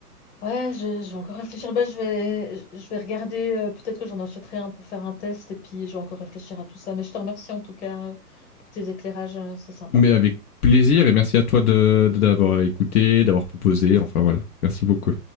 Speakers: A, on the left; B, on the left.
A: Ouais, je, je vais encore réfléchir. Bah, je vais, je je vais regarder, euh, peut-être que j'en achèterai un pour faire un test, et puis je vais encore réfléchir à tout ça. Mais je te remercie en tout cas euh, pour tes éclairages, euh, c'est sympa.
B: Mais avec plaisir et merci à toi de de- d'avoir écouté, d'avoir proposé. Enfin voilà, merci beaucoup.